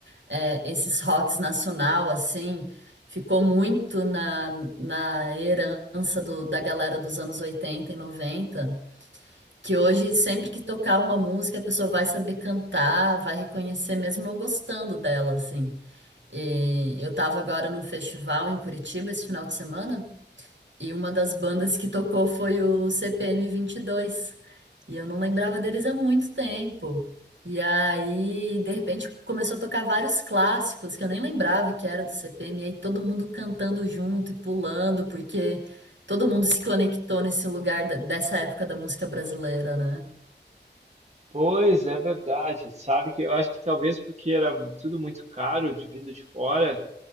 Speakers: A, on the right; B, on the right.
A: é, esses rocks nacional, assim, ficou muito na, na herança do- da galera dos anos oitenta e noventa que hoje, sempre que tocar uma música, a pessoa vai saber cantar, vai reconhecer, mesmo não gostando dela, assim. E eu tava agora num festival em Curitiba esse final de semana, e uma das bandas que tocou foi o CPM vinte E dois e eu não lembrava deles há muito tempo. E aí, de repente, começou a tocar vários clássicos que eu nem lembrava que era do CPM. E aí todo mundo cantando junto e pulando, porque todo mundo se conectou nesse lugar da- dessa época da música brasileira, né?
B: Pois é verdade. Sabe que eu acho que talvez porque era tudo muito caro de vindo de fora